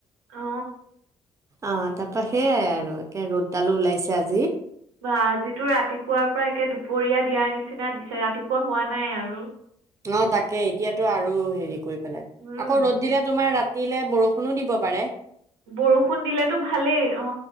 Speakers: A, on the right (about 70°); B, on the right (about 20°).
A: অ
B: অ তাৰপা সেইয়াই আৰু একে ৰ'দডালো ওলাইছে আজি
A: বা আজিতো ৰাতিপুৱাৰ পৰা একে দুপৰীয়া দিয়াৰ নিচিনা দিছে ৰাতিপুৱা হোৱা নাই আৰু
B: অ তাকে এতিয়াতো আৰু হেৰি কৰিব পাই
A: উম
B: আকৌ ৰদ দিলে তোমাৰ ৰা দিলে বৰষুণো দিব পাৰে
A: বৰষুণ দিলেতো ভালেই অ